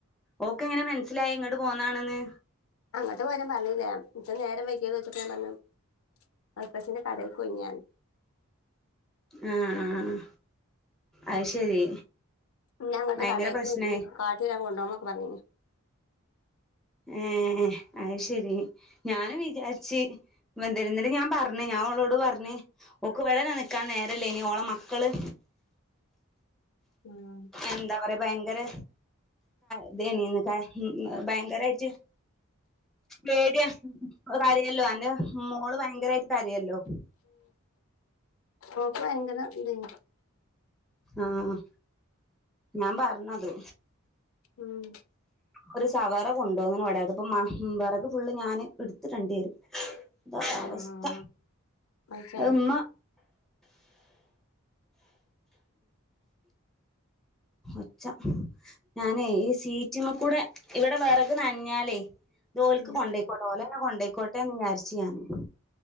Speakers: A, in the centre; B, on the left.
A: ഓക്ക് എങ്ങനെ മനസ്സിലായി എങ്ങട്ട് പോന്നാണെന്ന്
B: അങ്ങോട്ട് പോരും പറഞ്ഞില്ലേ ഇച്ച നേരം വയ്ക്കിയോന്ന് ചോയ്ച്ചപ്പം ഞാൻ പറഞ്ഞു അപ്പച്ചെന്റെ കടായിക്കൊയിഞാൻ
A: ആഹ് ആ ആ അത് ശരി
B: ഞാ അങ്ങോട്ട്
A: ഭയങ്കര
B: കടേക്ക്
A: പ്രശ്നായി
B: ഇനി കാട്ടില കൊണ്ട്പോന്നൊക്കെ പറഞ്ഞി
A: ഏഹ് അത് ശരി ഞാന് വിചാരിച്ച് വന്തരുന്നിണ്ട് ഞാൻ പറഞ്ഞേ ഞാൻ അവളോട് പറഞ്ഞ് ഓക്ക് വട നിക്കാൻ നേരല്ലേ ഇനി ഓള മക്കള്
B: ഉം
A: എന്താ പറയാ ഭയങ്കര ഇതേന്ന് ഭയങ്കരായിട്ട പേടിയ കരിയല്ലോ അന്റെ മോള് ഭയങ്കരമായിട്ട് കരയല്ലോ
B: ഉ ക്ക എങ്ങ ഇ
A: ആഹ് ഞാൻ പറഞ്ഞത്
B: ഉം
A: ഒരു സവറ കൊണ്ടോങ്ങനെ ഇവിടെത് ഇപ്പൊ മ വിറക് ഫുള് ഞാന് എടുത്തിടേണ്ടി വരും ഒരവസ്ഥ
B: ആഹ് അത് ശരി
A: അമ്മ ഒച്ച ഞാനേ ഈ സീറ്റിമ്മക്കൂടെ ഇവിടെ വിറക്ക് നനഞ്ഞാലേ ഓല്ക്ക്
B: ഉം
A: കൊണ്ടോയി കോട്ടോ ഓല് എന്നെ കൊണ്ടോയിക്കോട്ടെന്ന് വിചാരിച്ച് ഞാനും.